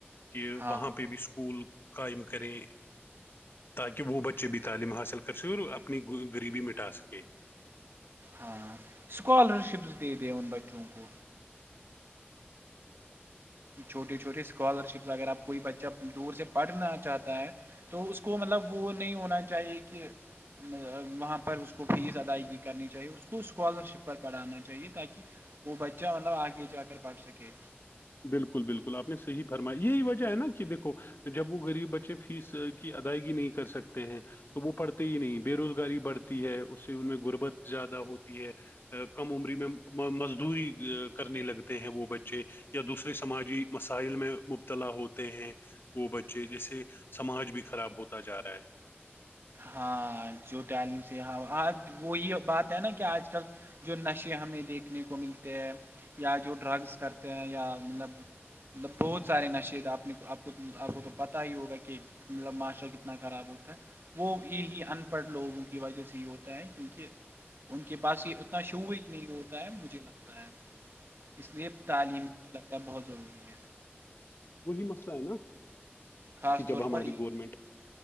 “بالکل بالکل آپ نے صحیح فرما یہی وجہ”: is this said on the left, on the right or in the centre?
Left